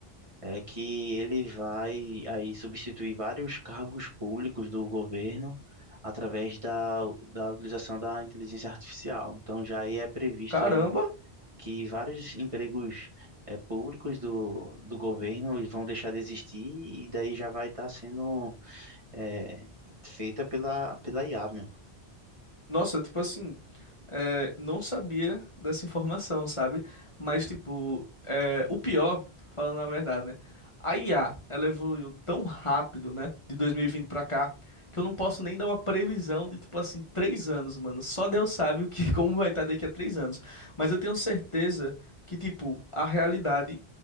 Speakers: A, on the right; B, on the left.
A: é que ele vai aí substituir vários cargos públicos do governo através da, da utilização da inteligência artificial. Então já aí é previsto
B: Caramba!
A: aí que vários empregos eh, públicos do, do governo eles vão deixar de existir e daí já vai estar sendo eh, feita pela, pela IA, meu.
B: Nossa, tipo assim. é, não sabia dessa informação, sabe? Mas, tipo, é, o pior, falando a verdade, né? A IA, ela evoluiu tão rápido, né? De 2020 pra cá, que eu não posso nem dar uma previsão de, tipo assim, três anos, mano. Só Deus sabe o que, <laughs> como vai estar daqui a três anos. Mas eu tenho certeza que, tipo, a realidade